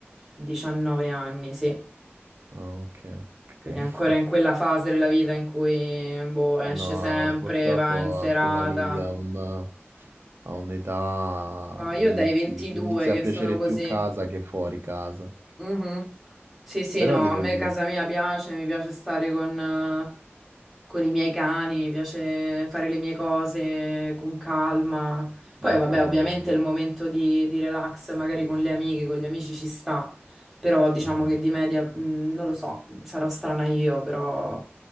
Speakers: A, in the centre; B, on the right.
A: 19 anni, sì.
B: Ah, ok. ok.
A: Quindi
B: <laughs>
A: è ancora in quella fase della vita in cui boh, esce
B: No,
A: sempre,
B: purtroppo
A: va in serata.
B: appena arrivi a un- a un'età
A: No, io
B: inizi,
A: dai 22
B: ti inizia
A: che
B: a piacere
A: sono così.
B: più casa che fuori casa.
A: Mhm. Sì, sì,
B: Però
A: no,
B: devo
A: a me
B: dire,
A: casa mia piace, mi piace stare con, eh, con i miei cani, mi piace fare le mie cose con calma. Poi,
B: ma
A: vabbè,
B: fai
A: ovviamente
B: bene.
A: il momento di, di relax, magari con le amiche, con gli amici ci sta, però diciamo
B: Mhm.
A: che di media, mh, non lo so, sarò strana io, però